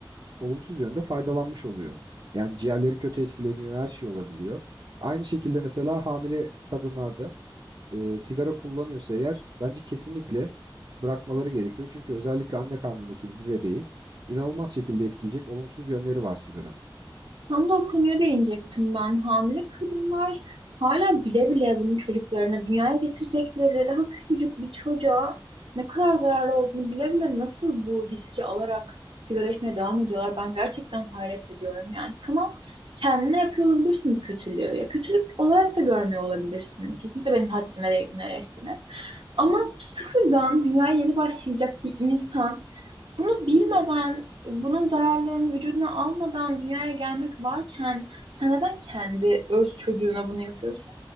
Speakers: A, on the right; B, on the right.
A: olumsuz yönde faydalanmış oluyor. Yani ciğerleri kötü etkileniyor, her şey olabiliyor. Aynı şekilde mesela hamile kadınlarda e, sigara kullanıyorsa eğer bence kesinlikle bırakmaları gerekiyor. Çünkü özellikle anne karnındaki bir bebeği inanılmaz şekilde etkileyecek olumsuz yönleri var sigaranın.
B: Tam da o konuya değinecektim ben. Hamile kadınlar hala bile bile bunun çocuklarına dünyaya getirecekleri daha küçücük bir çocuğa ne kadar zararlı olduğunu bile bile nasıl bu riski alarak sigara içmeye devam ediyorlar. Ben gerçekten hayret ediyorum. Yani tamam kendine yapıyor olabilirsin bu kötülüğü. Ya kötülük olarak da görmüyor olabilirsin. Kesinlikle benim haddime değil bunu eleştirmek. Ama sıfırdan dünyaya yeni başlayacak bir insan bunu bilmeden, bunun zararlarını vücuduna almadan dünyaya gelmek varken sen neden kendi öz çocuğuna bunu yapıyorsun?